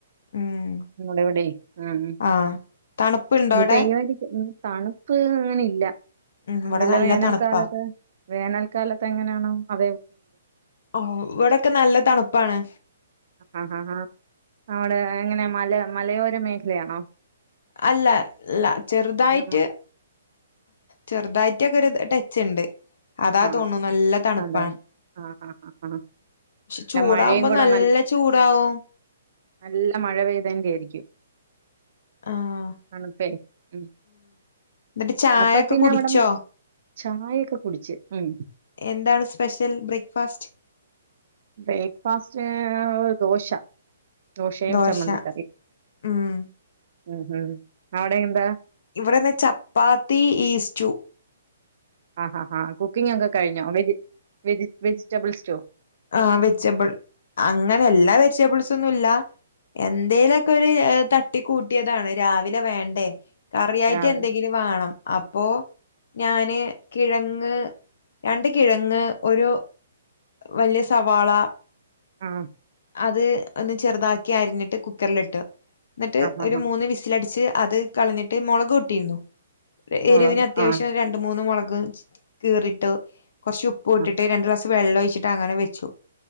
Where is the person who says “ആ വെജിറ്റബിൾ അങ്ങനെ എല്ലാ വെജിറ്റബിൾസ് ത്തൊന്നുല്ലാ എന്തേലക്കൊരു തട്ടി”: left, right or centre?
Left